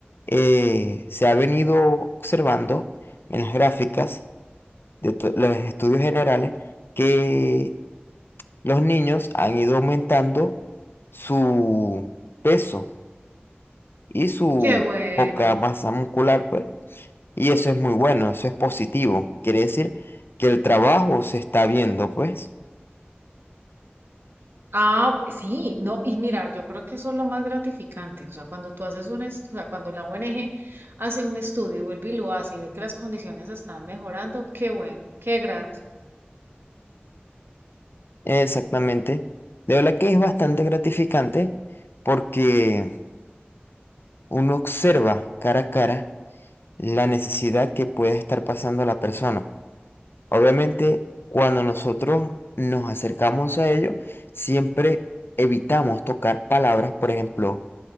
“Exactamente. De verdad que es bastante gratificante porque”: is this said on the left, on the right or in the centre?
Left